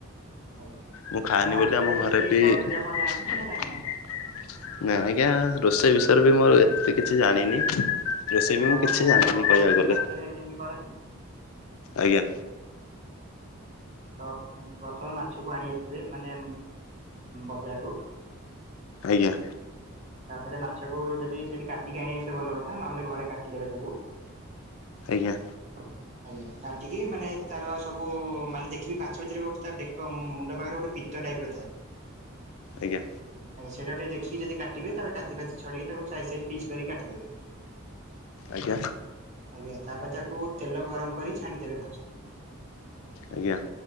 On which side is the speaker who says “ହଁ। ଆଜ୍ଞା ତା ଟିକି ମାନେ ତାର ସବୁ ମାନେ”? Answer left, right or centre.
Right